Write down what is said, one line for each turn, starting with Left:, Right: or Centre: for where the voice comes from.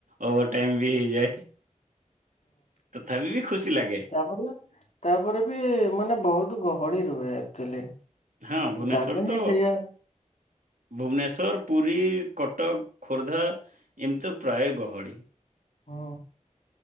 Right: ଓଭର୍ ଟାଇମ୍ ବି ହେଇଯାଏ। ତଥାପି ବି ଖୁସି ଲାଗେ।
Left: ତୋମ ପୁରେ ତାପରେ ବି ମାନେ ବହୁତ ଗହଳି ରୁହେ ଆକ୍ଚୁଲି
Right: ହଁ ଭୁବନେଶ୍ୱର
Left: ଜାଗା ହିଁ
Right: ତ
Left: ସେଇଆ।
Right: ଭୁବନେଶ୍ଵର, ପୁରୀ, କଟକ, ଖୋର୍ଦ୍ଧା ଏମିତି ତ ପ୍ରାୟ ଗହଳି।
Left: ହଁ